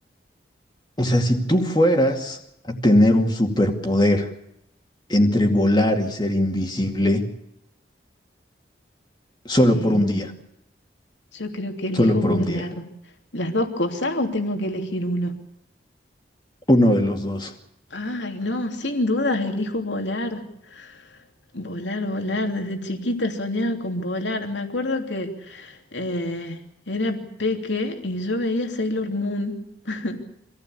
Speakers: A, on the left (about 25°); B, on the left (about 85°).
A: o sea, si tú fueras a tener un superpoder entre volar y ser invisible, solo
B: eh,
A: por un día,
B: yo creo que elijo
A: solo por
B: volar.
A: un día,
B: ¿Las dos cosas o tengo que elegir uno?
A: uno de los dos.
B: Ay, no, sin dudas elijo volar. Volar, volar. Desde chiquita soñaba con volar. Me acuerdo que eh, era peque y yo veía Sailor Moon. <laughs>